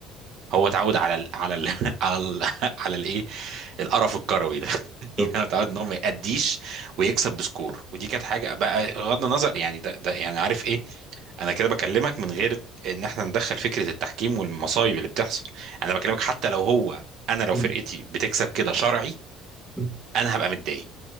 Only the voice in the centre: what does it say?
بالظبط
م-
م-